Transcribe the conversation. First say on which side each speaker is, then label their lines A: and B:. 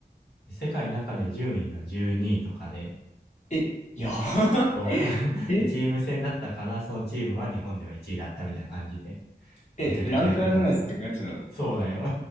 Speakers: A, on the left; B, on the left.
A: 世界の中で順位が12位とかで、
B: い。え、やば
A: そ
B: え、
A: う <laughs> で、チーム戦だったから、
B: <laughs>
A: そのチームは日本では1位だったみたいな感じで、
B: え、
A: めちゃくちゃやってたんですよ。
B: ランカーじゃないですか、ガチの。
A: そうだよ。